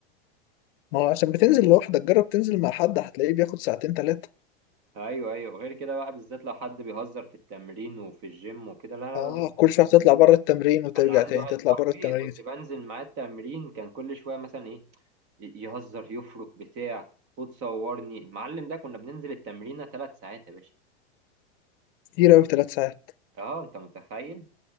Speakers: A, on the left; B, on the right.
A: ما هو عشان بتنزل لوحدك جرب تنزل مع حد هتلاقيه بياخد ساعتين تلاتة
B: ايوه ايوه غير كده بقى بالذات لو حد بيهزر في التمرين وفي الجيم وكده لا لا
A: اه
B: لا لا.
A: كل شوية تطلع بره التمرين وترجع
B: انا
A: تاني
B: عندي واحد
A: تطلع
B: صاحبي
A: بره التمرين
B: كنت
A: وت-
B: بنزل معاه التمرين كان كل شويه مثلا ايه ي- يهزر يفرك بتاع خد صورني المعلم ده كنا بننزل التمرينه ثلاث ساعات يا باشا
A: كتير أوي تلات ساعات
B: اه انت متخيل